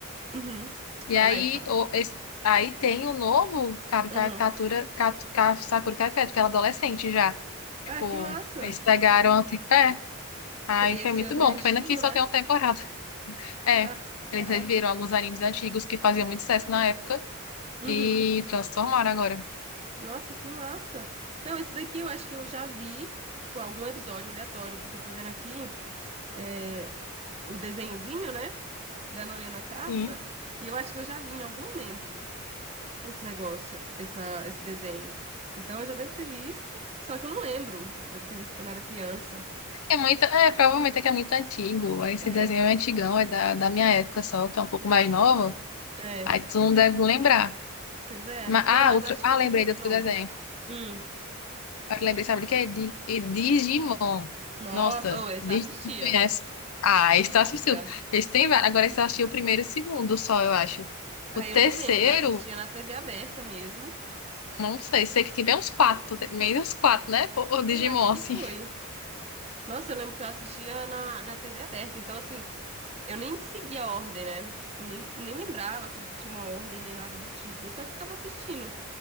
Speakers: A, on the right; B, on the left.
A: Uhum.
B: E
A: Vai,
B: aí,
A: vai, fala.
B: o- esse- aí tem o novo cara,
A: Aham.
B: caricatura, ca- ca- Sakura Caricatura, que ela é adolescente já. Tipo,
A: Ah, que massa.
B: eles pegaram anti... É, aí
A: Que aí
B: foi
A: esse
B: muito
A: outro
B: bom.
A: é antigo,
B: Pena que só
A: né?
B: tem uma temporada. É,
A: Ah, é uma temporada.
B: eles viram alguns animes antigos que faziam muito sucesso na época
A: Uhum.
B: e transformaram agora.
A: Nossa, que massa. Não, esse daqui eu acho que eu já vi, tipo, algum episódio aleatório, porque eu tô vendo aqui é, o desenhozinho, né? dela olhando a carta,
B: Sim.
A: e eu acho que eu já vi em algum momento esse negócio, essa, esse desenho. Então eu já devo ter visto, só que eu não lembro. Devo ter visto quando eu era criança.
B: É, é muito, é, provavelmente é que é muito antigo. Esse
A: É,
B: desenho é antigão, é da, da minha época só, que é um pouco mais novo.
A: é,
B: Aí tu não deve lembrar.
A: pois é.
B: Mas,
A: Não,
B: ah,
A: mas
B: outro,
A: acho
B: ah,
A: que eu
B: lembrei
A: vou ver
B: de
A: de
B: outro
A: novo.
B: desenho.
A: Hum,
B: Eu lembrei, sabe de quê? De, de Digimon.
A: nossa,
B: Nossa,
A: ou esse
B: Dig-
A: eu assistia.
B: tu conhece? Ah, esse
A: Assistia.
B: tu assistiu. Esse tem vários. Agora esse eu achei o primeiro e o segundo só, eu acho.
A: Aí
B: O terceiro,
A: eu nem lembro, eu assistia na TV aberta mesmo.
B: não sei, sei que tem bem uns quatro, meio uns quatro, né? pô, O Digimon,
A: Eu acho que
B: assim.
A: foi. Nossa, eu lembro que eu assistia na, na TV aberta. Então, assim, eu nem seguia a ordem, né? Nem, nem lembrava, assim, que tinha uma ordem nem nada do tipo. Eu só ficava assistindo.